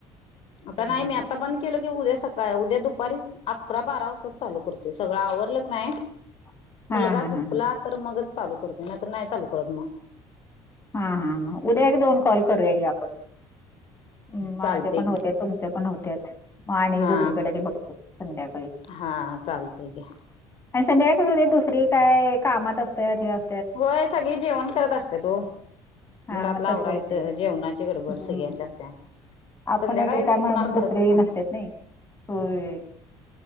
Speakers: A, on the left; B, on the left.
A: आता
B: हम्म.
A: नाही मी आता बंद केलं की उद्या सकाळ उद्या दुपारीच अकरा बारा वाजताच चालू करतोय सगळं आवरलं की नाही.
B: <inaudible>
A: मुलगा झोपला
B: हा हा.
A: तर मगच चालू करतोय, नाही तर नाही चालू करत मग.
B: हा हा हा उद्या एक दोन कॉल करूया घे आपण. हम्म माझे
A: चालतय
B: पण होतेत
A: की
B: तुमचे पण होत्यात मग आणि
A: हा
B: दुसरीकडे आणि बघ संध्याकाळी.
A: हा चालतंय की.
B: आणि संध्याकाळी कसं होतंय दुसरी काय कामात असत्यात हे अस
A: होय सगळी जेवण करत असत्यात ओ.
B: हा
A: घरातलं
B: मग तसं
A: आवरायचं
B: होतंय.
A: जेवणाची गडबड
B: हम्म.
A: सगळ्यांची असत्या.
B: आपण
A: संध्याकाळी
B: एक रिकामं
A: मी कुणाला
B: हाय म्हणून दुसरी
A: करतच
B: नसत्यात नाही होय.